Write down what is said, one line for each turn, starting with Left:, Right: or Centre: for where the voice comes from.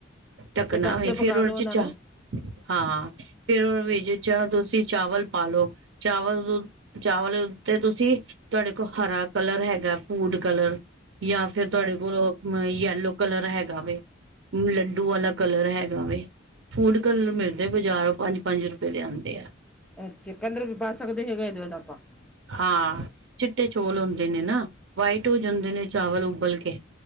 Right: ਢੱਕਣਾ
Centre: ਫੇ ਢੱਕੇ
Right: ਹੋਵੇ
Centre: ਕੇ
Right: ਫੇਰ
Centre: ਪਕਾ
Right: ਉਹਦੇ
Centre: ਲੋ
Right: ਚ
Centre: ਉਨਾਂ
Right: ਚਾ
Centre: ਨੂੰ?
Right: ਹਾਂ ਫੇਰ ਉਰੇ ਵਿੱਚ ਚ ਤੁਸੀ ਚਾਵਲ ਪਾਲੋ। ਚਾਵਲ ਦ ਚਾਵਲ ਦੇ ਉੱਤੇ ਤੁਸੀ ਤੁਆਡੇ ਕੋ ਹਰਾ ਕਲਰ ਹੈਗਾ, ਫੂਡ ਕਲਰ ਜਾਂ ਫਿਰ ਤੁਆਡੇ
Centre: ਅੱਛਾ
Right: ਕੋਲ ਓ ਮ ਯੈਲੋ ਕਲਰ ਹੈਗਾ ਵੇ, ਲੱਡੂ ਆਲਾ ਕਲਰ ਹੈਗਾ ਵੇ ਫੂਡ ਕਲਰ ਮਿਲਦੇ ਬਾਜ਼ਾਰੋ ਪੰਜ- ਪੰਜ ਰੁਪਏ ਦੇ ਆਂਦੇ ਆ।
Centre: ਅੱਛਾ ਕਲਰ ਵੀ ਪਾ ਸਕਦੇ ਹੈਗਾ ਇਹਦੇ ਵਿੱਚ ਆਪਾਂ।
Right: ਹਾਂ। ਚਿੱਟੇ ਚੋਲ ਹੁੰਦੇ ਨੇ ਨਾ ਵਾਈਟ ਹੋ ਜਾਂਦੇ ਨੇ, ਚਾਵਲ ਉਬਲ ਕੇ